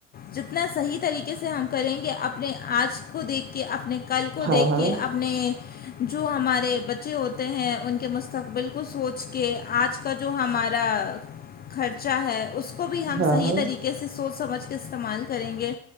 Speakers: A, on the left; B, on the right.
A: جتنا صحیح طریقے سے ہم کریں گے اپنے آج کو دیکھ کے اپنے کل کو
B: ہاں
A: دیکھ
B: ہاں
A: کے اپنے جو ہمارے بچے ہوتے ہیں ان کے مستقبل کو سوچ کے آج کا جو ہمارا خرچہ ہے اس کو بھی ہم
B: ہاں
A: صحیح
B: ہاں
A: طریقے سے سوچ سمجھ کے استعمال کریں گے